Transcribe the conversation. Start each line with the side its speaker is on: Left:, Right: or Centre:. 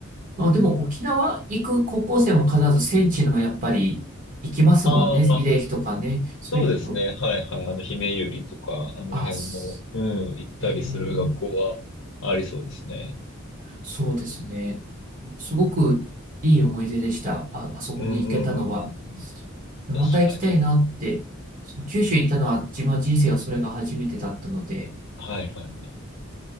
Right: あ、でも沖縄行く高校生も必ず戦地のやっぱり行きますもんね。
Left: ああ、
Right: 慰霊碑とかね。そういうこと。
Left: そうですね。はいはい。あの、姫ゆりとか、あの辺の、
Right: あ、す
Left: うん、行ったりする学校はありそうですね。
Right: えーそうですね。すごくいい思い出でした。あ、あそこに行けたのは。
Left: うんうんうんうんうん。
Right: また行きたいなって。
Left: 確かに。
Right: そう九州行ったのは自分は人生はそれが初めてだったので、
Left: はいはいはい。